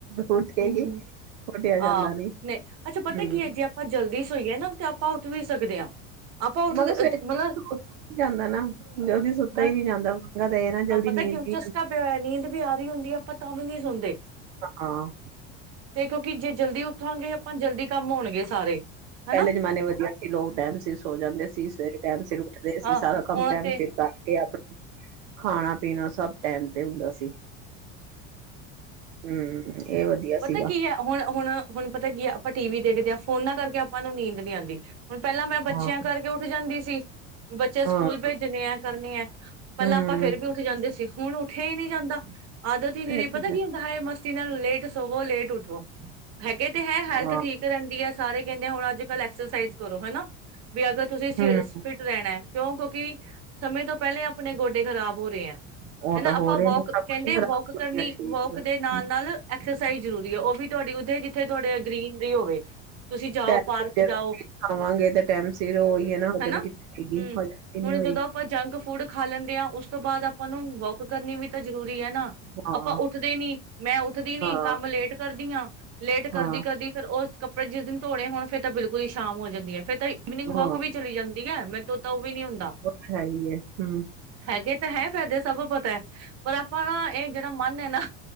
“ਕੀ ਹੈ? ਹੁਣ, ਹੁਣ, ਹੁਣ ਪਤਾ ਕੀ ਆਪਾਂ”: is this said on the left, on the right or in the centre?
Right